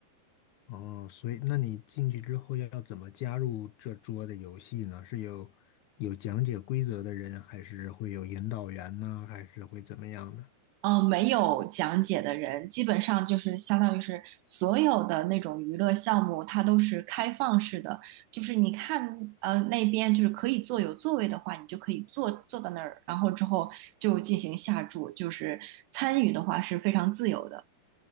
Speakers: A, on the left (about 85°); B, on the right (about 80°).
A: 哦，所以那你进去之后要怎么加入这桌的游戏呢？是有有讲解规则的人，还是会有引导员呢？还是会怎么样呢？
B: 呃，没有讲解的人，基本上就是相当于是所有的那种娱乐项目，它都是开放式的，就是你看，呃，那边就是可以坐有座位的话，你就可以坐坐到那儿，然后之后就进行下注，就是参与的话是非常自由的。